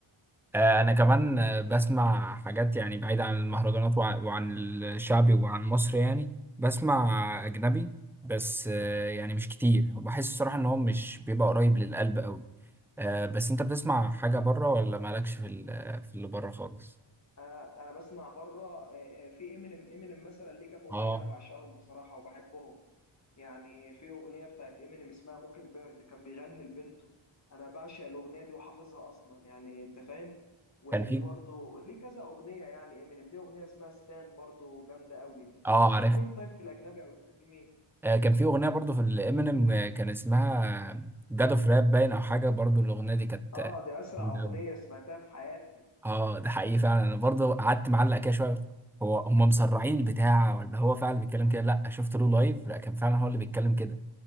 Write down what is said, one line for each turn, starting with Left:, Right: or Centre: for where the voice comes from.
Centre: آه، انا كمان آه، بسمع حاجات يعني بعيدة عن المهرجانات وع- وعن الشعبي وعن مصر يعني بسمع اجنبي بس آه، يعني مش كتير وبحس الصراحه ان هو مش بيبقى قريب للقلب قوي آه، بس انت بتسمع حاجه بره ولا مالكش في ال- في اللي بره خالص
Left: انا انا بسمع بره آه، آه، في امينيم امينيم مثلا ليه كام اغنيه
Centre: اه
Left: انا بعشقهم بصراحه وبحبهم يعني في اغنيه بتاعت امينيم اسمها موكن بيرد كان بيغني لبنته انا بعشق الاغنيه دي وحافظها اصلا يعني انت فاهم وليه
Centre: كان في
Left: برضو ليه كذا اغنيه يعني امينيم ليه اغنيه اسمها ستان برضو جامده قوي انت
Centre: اه
Left: بتسمع
Centre: عارف
Left: مين طيب في الاجنبي او بتحب مين
Centre: آه، كان في اغنيه برضو في الامينيم كان اسمها جاد اوف راب باين او حاجه برضو الاغنيه دي كانت
Left: اه
Centre: آه،
Left: دي اسرع
Centre: جامدة
Left: اغنيه
Centre: أوي.
Left: سمعتها في حياتي
Centre: اه ده حقيقي فعلا انا برضو قعدت معلق كده شويه هو هم مسرعين البتاع ولا هو فعلا بيتكلم كده لا شفت له لايف لا كان فعلا هو اللي بيتكلم كده